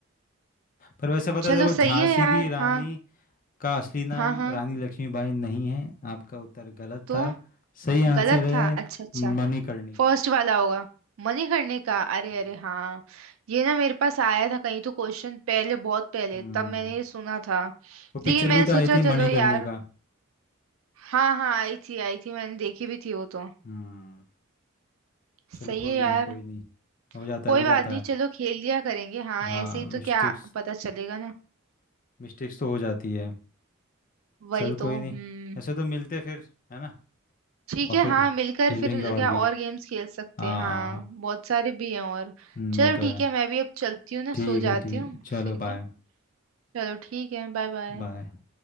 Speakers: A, on the left; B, on the right.
A: पर वैसे पता
B: चलो
A: है देखो
B: सही
A: झांसी
B: है यार
A: की रानी
B: हाँ
A: का असली नाम
B: हाँ हाँ
A: रानी लक्ष्मीबाई नहीं है आपका उत्तर गलत
B: तो
A: था सही आंसर
B: गलत
A: है
B: था अच्छा अच्छा
A: मणिकर्णिका
B: फर्स्ट वाला होगा मनी करने का अरे
A: हम्म
B: अरे हाँ ये ना मेरे पास आया था कहीं तो क्वेश्चन पहले बहुत पहले
A: हम्म,
B: तब मैंने ये सुना था
A: वो
B: लेकिन
A: पिक्चर
B: मैंने
A: भी तो
B: सोचा
A: आई थी
B: चलो
A: मणिकर्णिका
B: यार हाँ हाँ आई थी आई थी मैंने देखी भी थी वो तो
A: हम्म चलो
B: सही
A: कोई
B: है यार
A: नहीं कोई नहीं हो जाता
B: कोई
A: है हो जाता
B: बात नहीं
A: है
B: चलो खेल लिया करेंगे हाँ
A: हाँ
B: ऐसे ही
A: मिस्टेक्स
B: तो क्या पता चलेगा ना
A: मिस्टेक्स तो हो जाती है
B: वही
A: चल
B: तो
A: कोई नहीं
B: हम्म
A: ऐसे तो मिलते फिर है ना
B: ठीक
A: और
B: है
A: फिर
B: हाँ
A: खेलेंगे
B: मिलकर फिर
A: और
B: क्या
A: भी
B: और गेम्स खेल सकते
A: हाँ
B: हैं हाँ बहुत सारे भी हैं और
A: हम्म,
B: चलो
A: वो तो है
B: ठीक है मैं भी अब चलती हूँ ना
A: ठीक
B: सो
A: है
B: जाती
A: ठीक
B: हूँ
A: चलो
B: फिर क्या
A: बाय
B: चलो ठीक है बाय बाय
A: बाय